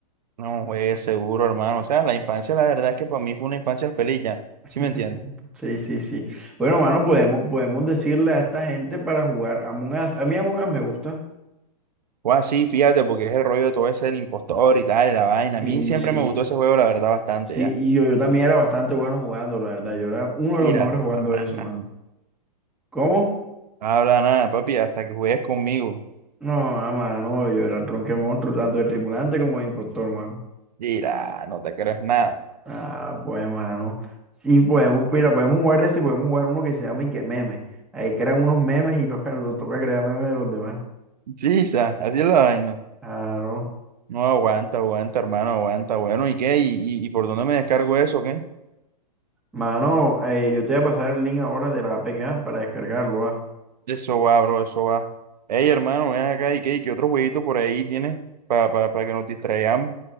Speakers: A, on the right; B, in the centre.
A: No, juegue seguro, hermano. O sea, la infancia, la verdad es que para mí fue una infancia feliz ya.
B: <laughs>
A: ¿Sí me entiendes?
B: Sí, sí, sí. Bueno, mano, podemos, podemos decirle a esta gente para jugar Among Us. A mí Among Us me gusta.
A: Fue así, fíjate, porque es el rollo de todo ese del impostor y tal, y la vaina.
B: Sí,
A: A mí siempre
B: sí.
A: me gustó ese juego, la verdad, bastante
B: Sí,
A: ya.
B: y yo, yo también era bastante bueno jugando, la verdad. Yo era uno de
A: Mira,
B: los mejores jugando
A: habla
B: eso,
A: nada,
B: mano. ¿Cómo?
A: habla nada, papi, hasta que juegues conmigo.
B: No, ah, mano, yo era el tronque monstruo, tanto de tripulante como de impostor, mano.
A: Mira, no te creas nada.
B: Ah, pues, mano. Sí, podemos, mira, podemos jugar eso y podemos jugar uno que se llama y que meme. Ahí crean unos memes y toca, toca crear memes de los demás.
A: Chisa, así es la vaina.
B: Claro.
A: No aguanta, aguanta, hermano, aguanta. Bueno, ¿y qué? ¿Y, y, y por dónde me descargo eso, o qué?
B: Mano, eh, yo te voy a pasar el link ahora de la APK para descargarlo, ah.
A: Eso va, bro, eso va. Ey, hermano, ven acá, ¿y qué? ¿Y qué otro jueguito por ahí tienes para que nos distraigamos?